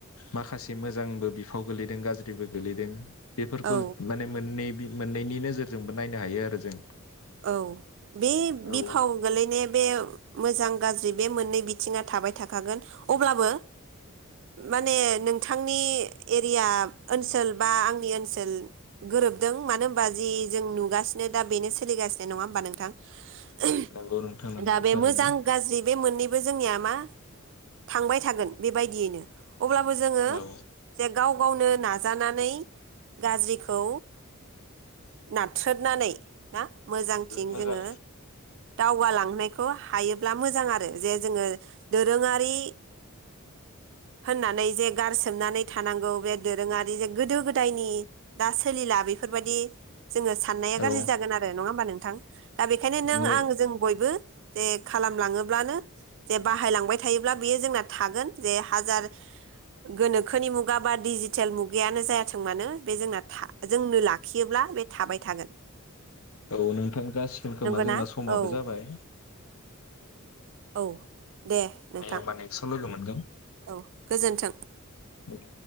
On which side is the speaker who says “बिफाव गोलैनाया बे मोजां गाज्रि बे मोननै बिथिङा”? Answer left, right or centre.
Right